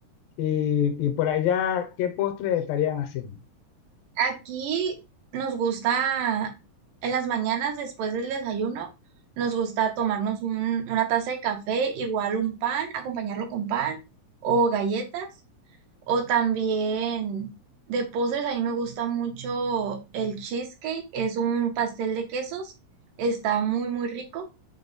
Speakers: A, on the left (about 80°); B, on the right (about 75°).
A: Y, y por allá, ¿qué postre estarían haciendo?
B: Aquí nos gusta, en las mañanas después del desayuno, nos gusta tomarnos un- una taza de café, igual un pan, acompañarlo con pan o galletas. O también de postres, a mí me gusta mucho el cheesecake, es un pastel de quesos, está muy, muy rico.